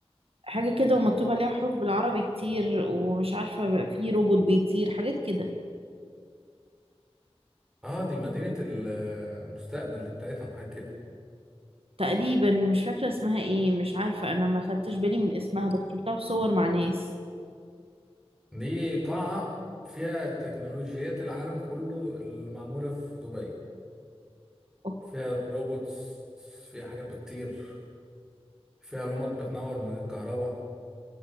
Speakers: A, on the right; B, in the centre.
A: حاجة كده ومكتوب عليها حروف بالعربي كتير ومش عارفة في روبوت بيطير حاجات كده
B: اه دي مدينة المستقبل دي بتاعتهم حاجة كده
A: تقريبا مش فاكرة اسمها ايه مش عارفة انا ما خدتش بالي من اسمها بس شفتها في صور مع ناس
B: دي قاعة فيها تكنولوجيات العالم كله اللي معمولة في دبي
A: أوه.
B: فيها روبوتس فيها حاجات بتطير فيها لمبات بتنور من غير كهرباء